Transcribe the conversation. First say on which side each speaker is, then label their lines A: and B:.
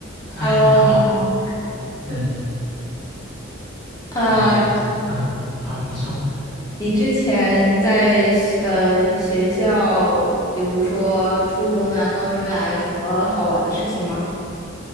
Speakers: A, on the left; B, on the left.
A: 嗨，
B: Hello，
A: 你好，
B: 你好。
A: 嗯，
B: 啊，
A: 你你嗯，好，你说。
B: 你之前在学呃学校，比如说初中呀、高中呀，有什么好玩的事情吗？